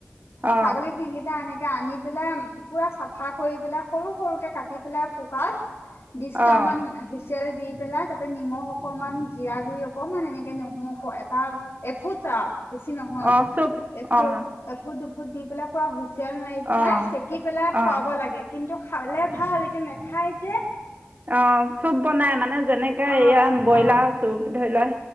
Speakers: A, on the right; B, on the left.
A: অঁ
B: ছাগলী ঠেংকিটা আনে আনি পেলাই পুৰা চাফা কৰি পেলাই সৰু সৰুকে কাটি পেলাই কুকাৰত বিছ তামান
A: অঁ
B: হুইচেল দি পেলাই তাতে নিমখ অকমান জিৰা গুৰি অকনমান এনেকে নেহৰু এটা এফুটা বেছি নহয়
A: অঁ চুপ
B: এফু
A: অঁ
B: এফুট দুফুট ত দি পেলাই পৰা হৈছে চেল মাৰি পেলাই
A: অঁ
B: চেকি পেলাই খুৱাব
A: অঁ
B: লাগে কিন্তু খালে ভাল কিন্তু নেখায় যে
A: অ চুপ বনাই মানে যেনেকে
B: অ
A: এয়া ব্ৰইলাৰ
B: অ
A: চুপ ধৰি লোৱা